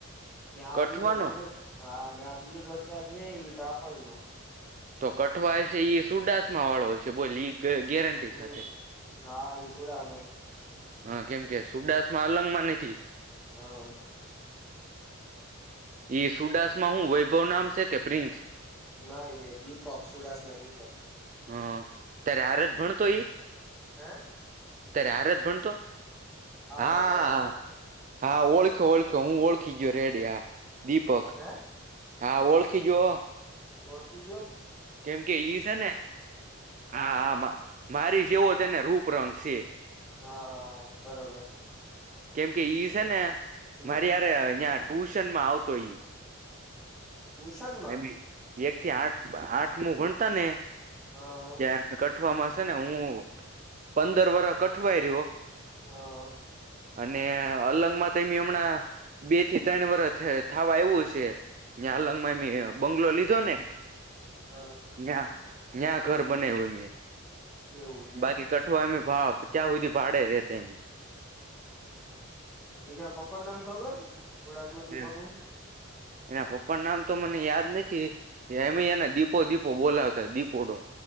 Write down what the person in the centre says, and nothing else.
ને આ
બી જેને હા અને આ બીજો દોસ્ત છે એ ત્રાપર નો.
હમ
હા એ સુડા
હા
ના જીપ હક સુડાસમાં જીપક
હ
મારી
હારે ભણતો
હે
ઓ થજયમ
હા બરોબર.
હમ
ટ્યુશનમાં?
હા
હા
હ.
એવું છે
બીજા પપ્પા નામ ખબર? સુડાસમાં દીપક
નું?